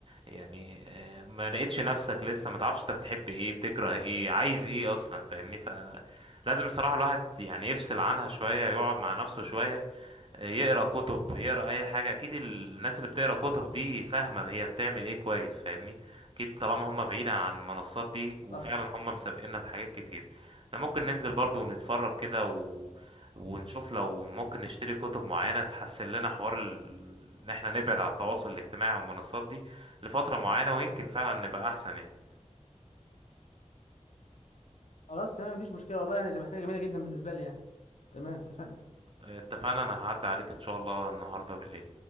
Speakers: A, on the right; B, on the left.
A: يعني آه، ما لقيتش نفسك لسه ما تعرفش انت بتحب ايه بتكره ايه عايز ايه اصلا فاهمني فانا لازم الصراحة الواحد يعني يفصل عنها شوية يقعد مع نفسه شوية يقرا كتب يقرا اي حاجه اكيد الناس اللي بتقرا كتب دي فاهمه هي بتعمل ايه كويس فاهمني اكيد طالما هم بعيد عن المنصات دي وفعلا
B: صح
A: هم مسابقيننا بحاجات كتير احنا ممكن ننزل برضو ونتفرج كده و... ونشوف لو ممكن نشتري كتب معينه تحسن لنا حوار ال... ان احنا نبعد على التواصل الاجتماعي والمنصات دي لفتره معينه ويمكن فعلا نبقى احسن يعني
B: خلاص تمام مفيش مشكله والله يعني دي حاجه جميله جدا بالنسبه لي يعني تمام اتفقنا
A: اتفقنا انا هعدي عليك ان شاء الله النهارده بالليل